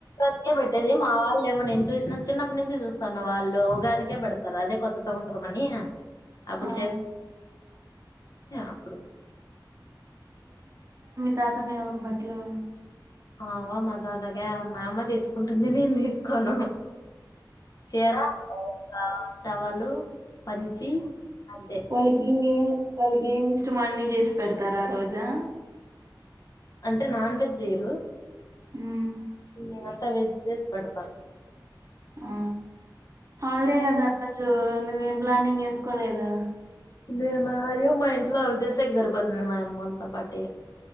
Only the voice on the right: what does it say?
ఆ
తాతంయవ బట్లు
కొల్గి వాళ్ళకి గేమ్ ఇష్టమో అన్ని చేసి పెడతారా ఆ రోజా
హ్మ్
ఆ హాలిడే కథ ఆ రోజు నువ్వేం ప్లానింగ్ చేసుకోలేదా